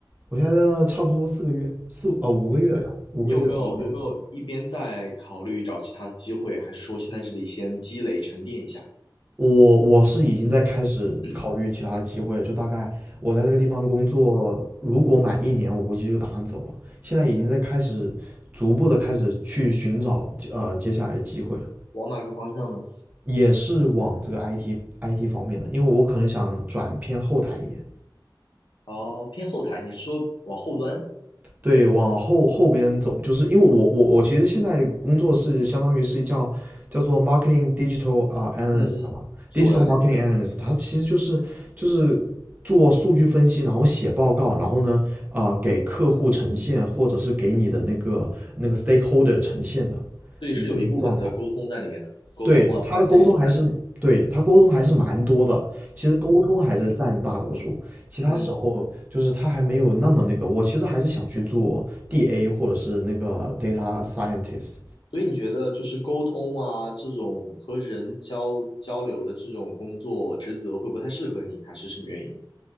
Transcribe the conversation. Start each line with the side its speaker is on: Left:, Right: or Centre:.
Right: 我现在在那差不多四个月，四，呃，五个月了要，五个月，
Left: 你有没有有没有一边在考虑找其他的机会，
Right: 五个月。
Left: 还是说现在这里先积累沉淀一下？
Right: 我我是已经在开始考虑其他的机会了，
Left: 嗯嗯
Right: 就大概我在这个地方工作，如果满一年，我估计就打算走了。现在已经在开始逐步的开始去寻找呃接下来的机会了，
Left: 往哪个方向呢？
Right: 也是往这个 IT IT 方面的，因为我可能想转偏后台一点。
Left: 哦，偏后台，你是说往后端？
Right: 对，往后后边走，就是因为我我我其实现在工作是相当于是叫叫做 marketing digital 啊、analyst
Left: 嗯嗯，
Right: 嘛，digital
Left: 这个我了解，
Right: marketing analyst，它其实就是就是做数据分析，然后写报告，然后呢啊、呃给客户呈现，或者是给你的那个那个 stakeholder 呈现的
Left: 所以是有一部分的沟通在里面的，
Right: 一种状态。
Left: 沟通啊，presentation
Right: 对，他的沟通还是，
Left: 在里
Right: 对，他沟通还是蛮多的。其实沟通还是占大多数，其他时候就是他还没有那么那个。
Left: 面。嗯
Right: 我其实还是想去做 DA 或者是那个 data scientist，
Left: 所以你觉得就是沟通啊，这种和人交交流的这种工作职责会不太适合你，还是什么原因？